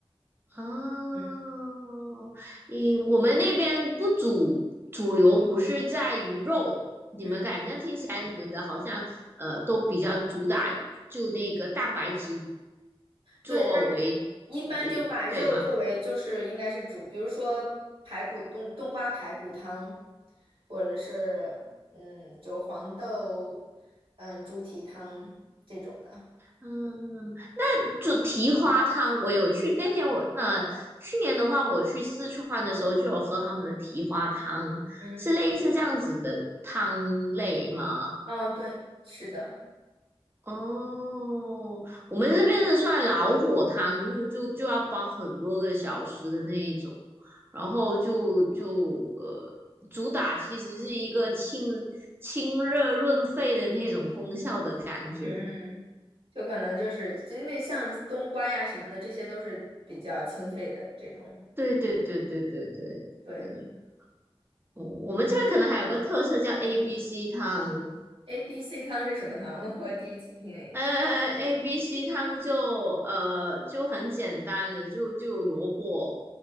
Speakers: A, on the right; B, on the right.
A: 哦，
B: 嗯
A: 你我们那边不主主流不是在于肉，你们感觉那听起来你们的好像呃都比较主打就那个蛋白质
B: 嗯，
A: 作为主力，
B: 对，它一般就把肉作为就是应该是煮，
A: 对吗？
B: 比如说排骨冬冬瓜排骨汤，或者是嗯，就黄豆嗯猪蹄汤这种的。
A: 嗯，就蹄花汤，我有去那天我那去年的话，我去四川的时候就有喝他们的蹄花汤，
B: 嗯，
A: 是类似这样子的汤类吗？
B: 哦，对，是的，
A: 哦，我们这边的算老火汤，就就就要煲很多个小时的那一种，然后就就呃，主打其实是一个清清热润肺的那种功效的感觉。
B: 嗯嗯。就可能就是就那像冬瓜呀什么的，这些都是比较清肺的这种。
A: 对对对对对对对，
B: 对
A: 我我们这边可能还有个特色叫 ABC 汤，
B: ，A B C 汤是什么汤？<laughs> 我第一次听诶。
A: 呃，A B C 汤就呃就很简单的，就就萝卜，